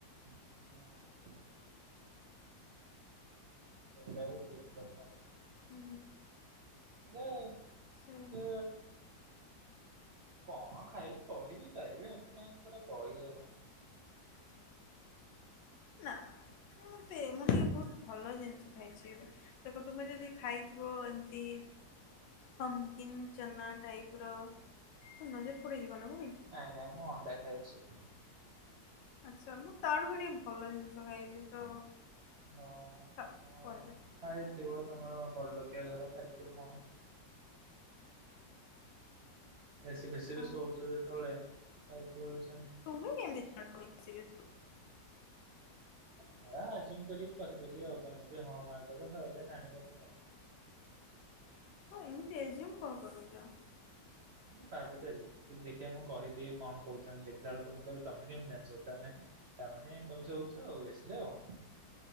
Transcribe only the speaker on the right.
ହୁଁ ସେଇଟା ବି ଠିକ୍ କଥା।
ହେଲେ
ଯେ କଣ ଖାଇଲେ କହିିବି ପାରିବେ ଏମିତି ନାହିଁ ପୁରା କହିହବନି।
ନାଇଁ ନାଇଁ ମୁଁ ଅଣ୍ଡା ଖାଇଛି।
ଓହୋ ହଁ
ଖାଇଥିବ ତମର ବଡଲୋକିଆ ଘର ଖାଇଥିବ କଣ। ଏ ସି ଫେସିରେ
ଶୋଉଛ ଯେତବେଳେ ଖାଇଥିବ ବି ସେମ
ହେ ଆଜୁମ କରିକି କହିଦେଲି ଆଉ ତମେ ବି ହଁ ମାରିଦେଲ ସଇଲା ଜାଣିଗଲି ଆଉ।
ଭାବିଦେଲି କି ଦେଖିବା ମୁଁ କହିଦିଏ କଣ କହୁଛନ୍ତି ଦେଖିଲା ବେଳୁକୁ ତୁମେ କହିଲ ତମେ କେମତି ଜାଣିଛ ତମେ। ତାମାନେ ତମେ ଶୋଉଛ ଆଉ ଏ ସିରେ ଆଉ।